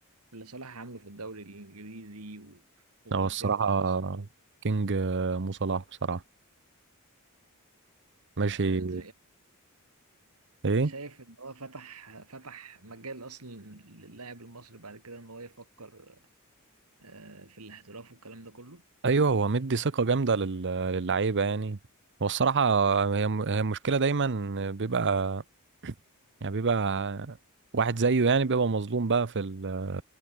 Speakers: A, on the right; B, on the right.
A: في اللي صلاح عامله في الدوري الانجليزي و- وفي
B: هو
A: مسيرته
B: الصراحة
A: اصلا
B: كينج آه، مو صلاح بصراحة ماشي
A: آه، انت
B: ايه
A: شايف ان هو فتح فتح مجال اصلا للاعب المصري بعد كده ان هو يفكر آه، في الاحتراف والكلام ده كله
B: ايوه هو مدي ثقة جامدة لل- للعيبة يعني هو الصراحة هي م- هي المشكلة دايما بيبقى يعني بيبقى واحد زيه يعني بيبقى مظلوم بقى في ال-